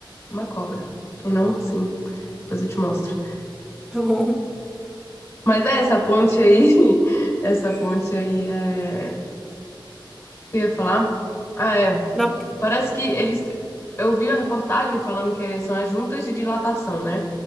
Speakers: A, on the left (about 35°); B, in the centre.
A: uma cobra. E não, sim. Depois eu te mostro.
B: <laughs> Tá bom.
A: Mas é, essa ponte aí, <laughs> essa ponte aí é. O que eu ia falar? Ah, é.
B: Dá-
A: Parece que eles. Eu vi a reportagem falando que é- são as juntas de dilatação, né?